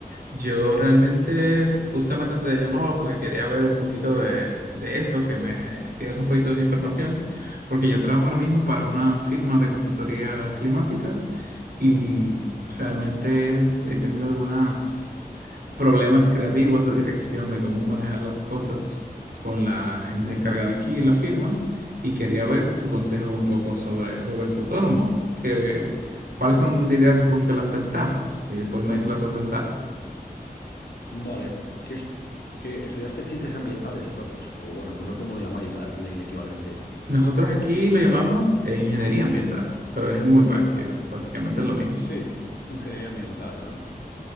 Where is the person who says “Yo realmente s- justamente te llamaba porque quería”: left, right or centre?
Right